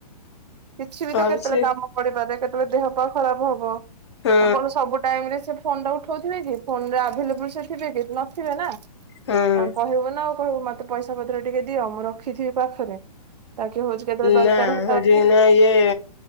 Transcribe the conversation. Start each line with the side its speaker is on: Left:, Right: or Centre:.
Right: କିଛି ବି
Left: ଭାବୁଛି
Right: ତ କେତେବେଳେ କାମ ପଡିପାରେ କେତେବେଳେ ଦେହ ପା ଖରାପ ହବ
Left: ହଁ
Right: ଆ କଣ ସବୁ ଟାଇମ ରେ ସେ ଫୋନ ଟା ଉଠାଉଥିବେ କି ଫୋନ ରେ ଆଭେଲେବୁଲ ସେ ଥୀବେ କି ନଥିବେ ନା।
Left: ହଁ।
Right: ତାଙ୍କୁ କହିବ ନା ଆଉ କହିବୁ ମତେ ପଇସା ପତ୍ର ଟିକେ ଦିଅ ମୁଁ ରଖିଥିବି ପାଖରେ ତାକି ହଉଛି କେତେବେଳେ ଦରକାର
Left: ନା
Right: ହେଲା
Left: ହଜି
Right: ବେଳକୁ
Left: ନା ଇଏ